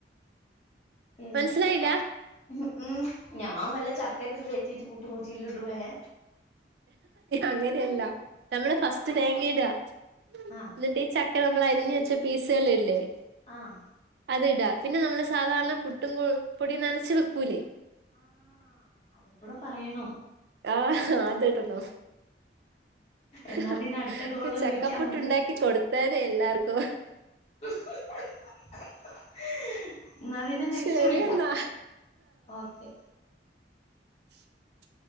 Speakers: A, on the left; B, on the right.
A: എനിക്ക്
B: മനസ്സിലായില്ല
A: അ ഹ് ഉം ഞാൻ വല്ല ചക്കയൊക്കെ കേറ്റിട്ട് പുട്ടും കുറ്റിലിടു വേ <unintelligible>
B: അങ്ങനെയല്ല നമ്മള് ഫസ്റ്റ് തേങ്ങയിട്ക <unintelligible>
A: ആഹ്
B: എന്നിട്ടി ചക് ക്കെ നമ്മള് അരിഞ്ഞ് വെച്ച പീസ്കളില്ലേ
A: ആഹ്
B: അതിട്ക പിന്നെ നമ്മള് സാധാരണ പുട്ടും കു പൊടിയും നനച്ച് വെക്കൂല്ലേ
A: ആഹ് അതും കൂടെ പറയണം
B: ആഹ് ഹ അത് ഇടാ
A: എന്നാ
B: ഹ
A: പിന്നെ അടുത്ത കോളില്
B: ഹ ചക്കപ്പുട്ടുണ്ടാക്കി
A: വിളിക്കാം നമുക്ക്
B: കൊടുത്തേനെ എല്ലാർ കോ ഹ്
A: <unintelligible> ന്നാ പിന്ന നെക്സ്റ്റ്
B: ശരി
A: വിളിക്കാം
B: എന്നാ
A: ഓക്കെ
B: <inaudible>